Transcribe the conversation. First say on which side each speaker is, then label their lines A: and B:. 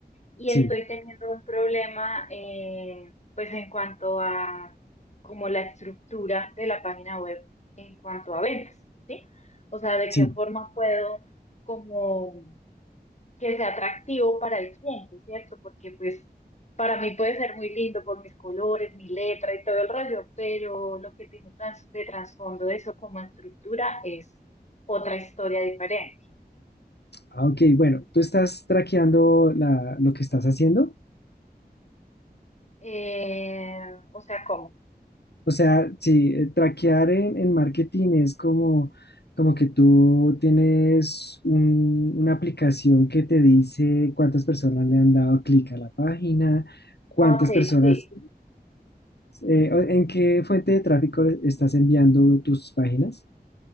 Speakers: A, on the left (about 40°); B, on the left (about 75°).
A: y
B: Sí,
A: estoy teniendo un problema, eh, pues en cuanto a como la estructura de la página web en cuanto a ventas, ¿sí? O sea, de
B: sí.
A: qué forma puedo como que sea atractivo para el cliente, ¿cierto? Porque pues para mí puede ser muy lindo por mis colores, mi letra y todo el rollo, pero lo que tiene trans- de trasfondo eso como estructura es otra historia diferente.
B: Ah, ok, bueno, tú estás traqueando la- lo que estás haciendo.
A: Eh, o sea, ¿cómo?
B: O sea, sí, eh, traquear en, en marketing es como, como que tú tienes un- una aplicación que te dice cuántas personas le han dado clic a la página, cuántas
A: Ok,
B: personas,
A: sí.
B: eh, o- en qué fuente de tráfico estás enviando tus páginas.